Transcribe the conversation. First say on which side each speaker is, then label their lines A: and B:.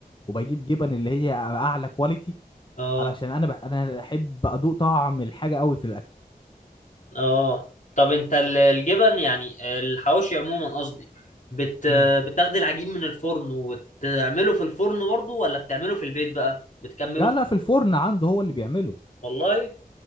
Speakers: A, on the left (about 30°); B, on the left (about 55°).
A: وبجيب جبن اللي هي اعلى كواليتي
B: اه
A: علشان انا بح... انا احب ادوق طعم الحاجه قوي في الاكل
B: اه طب انت ال- الجبن يعني الحواوشي عموما قصدي بت...
A: مم.
B: بتاخد العجين من الفرن وتعمله في الفرن برضه ولا بتعمله في البيت بقى بتكمله
A: لا
B: في
A: لا في
B: البيت
A: الفرن عنده هو اللي بيعمله
B: والله